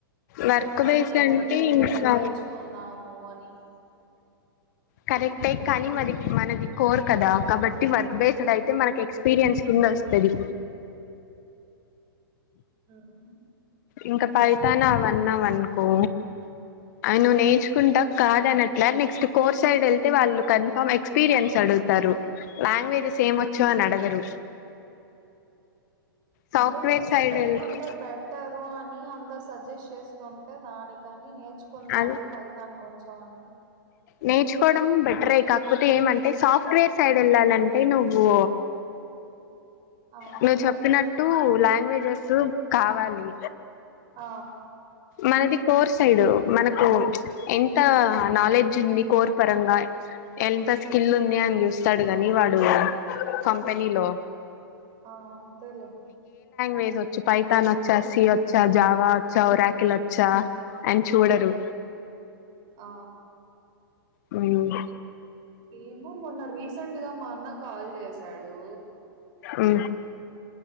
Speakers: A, on the right; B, on the left.
A: ఈ
B: వర్క్
A: సారి అలా
B: బేస్డ్
A: ఉండగూడదు
B: అంటే
A: ఏదన్నా
B: ఇంకా
A: నేర్చుకుందాము అని
B: కరెక్టే కానీ మది మనది కోరు కదా కాబట్టి వర్క్ బేస్డ్ అయితే మనకి ఎక్స్పిరియన్స్ కింద వొస్తది
A: హ్మ్
B: ఇంకా పైతాన్ అవన్నావ్ అనుకో అయి నువ్వు నేర్చుకుంటా కాదనట్లా నెక్స్ట్ కోర్ సైడ్ వెళ్తే వాళ్ళు కన్ఫామ్ ఎక్స్పీరియన్స్ అడు తరు లాంగ్వేజెస్ సేమొచ్చు అని అడగరు సాఫ్ట్వేర్
A: అంటే నేర్చి
B: సైడ్
A: పెట్టుకుంటే
B: వెళ్తే
A: బెటర్ రు అని అందరూ అందరూ సజెస్ చేస్తుంటే దానికని నే ర్చుకుందాము
B: అది
A: ఫైతాన్ కొంచెం అని
B: నేర్చుకోవడం బెటరే కాకపోతే ఏమంటే సాఫ్ట్వేర్ సైడ్ ఎళ్ళాలంటే నువ్వు
A: ఆ
B: నువ్వు చెప్పిన ట్టు లాంగ్వేజెస్ ప్రూఫ్ కావాలి
A: ఆ
B: మనది కోర్ సైడు మనకు ఎంత నాలెడ్జ్ ఉంది కోర్ పరంగా ఎంత స్కిల్ ఉంది అని చూస్ వస్తాడు కానీ వాడు కంపెనీలో
A: ఆ అంతేలే
B: వేస్ వచ్చి పైతాన్ వచ్చా సి వచ్చా జావా చ్ సౌరాకిలు వచ్చా అని చూడరు
A: ఆ
B: హ్మ్
A: ఏమో మొన్న రీసెంట్ గా మా అన్న కాల్ చేసాడు
B: ఉ